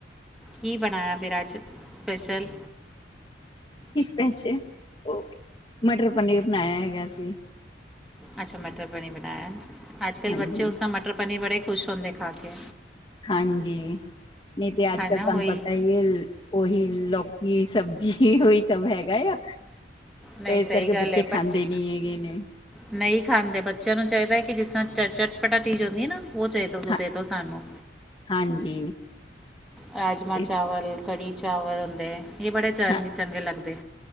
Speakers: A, in the centre; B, on the left.
A: ਕੀ ਬਣਾਇਆ ਫਿਰ ਅੱਜ ਸਪੈਸ਼ਲ
B: ਪੈਸੇ ਉਹ ਮਟਰ ਪਨੀਰ ਬਣਾਇਆ ਹੈਗਾ ਸੀ
A: ਅੱਛਾ ਮਟਰ ਪਨੀਰ ਬਣਾਇਆ ਅੱਜ ਕੱਲ
B: ਹਾਂਜੀ,
A: ਬੱਚੇ ਉਸ ਤ ਮਟਰ ਪਨੀਰ ਬੜੇ ਖੁਸ਼ ਹੁੰਦੇ ਖਾ ਕੇ
B: ਹਾਂਜੀ ਨਹੀਂ ਤੇ ਅੱਜ
A: ਹੈ
B: ਕੱਲ
A: ਨਾ
B: ਤੁਹਾਨੂੰ
A: ਉਹੀ
B: ਪਤਾ ਹੀ ਉਹੀ ਲੋਕ ਬਾੀ ਸਬਜ਼ੀ ਉਹੀ ਸਭ ਹੈਗਾ ਆ
A: ਨਹੀਂ
B: ਤੇ ਇਸ
A: ਸਹੀ
B: ਕਰਕੇ
A: ਗੱਲ ਹੈ ਬੱਚੇ
B: ਖਾਂਦੇ ਨੀ ਹੈਗੇ ਨੇ
A: ਨਹੀਂ ਖਾਂਦੇ ਬੱਚਿਆਂ ਨੂੰ ਚਾਹੀਦਾ ਕਿ ਜਿਸ ਤਰ੍ਹਾਂ ਚ ਚਟਪਟਾਤੀੀਜ਼ ਹੁੰਦੀ ਨਾ ਉਹ ਚਾਹੀਦਾ
B: ਹਾਂ
A: ਦੇ ਤੋਂੋ ਸਾਨੂੰ
B: ਹਾਂਜੀ
A: ਰਾਜਮਾਂ ਚਾਵਲ
B: ਇਸ
A: ਕੜੀ ਚਾਵਲ ਹੁੰਦੇ ਇਹ ਬੜੇ ਚ
B: ਹਾਂ
A: ਚੰਗੇ ਲੱਗਦੇ